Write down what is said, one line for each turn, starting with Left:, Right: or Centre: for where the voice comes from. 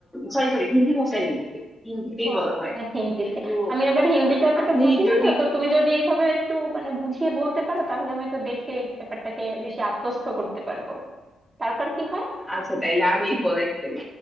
Centre: সরি সরি হিন্দি ভাষারই মুভি হিন্দিতেই
Right: ও
Centre: বলা
Right: আচ্ছা
Centre: হয়
Right: হিন্দিতে
Centre: কিন্তু
Right: আমি আবার হিন্দিটা অতটা
Centre: আপনি
Right: বুঝি
Centre: যদি
Right: না তো তো তুমি যদি এইভাবে একটু মানে বুঝিয়ে বলতে পারো তাহলে আমি তো দেখে ব্যাপারটাকে বেশি আত্মস্থ করতে পারবো তারপর কি হয়
Centre: আচ্ছা তাইলে আমি বলে ফেলি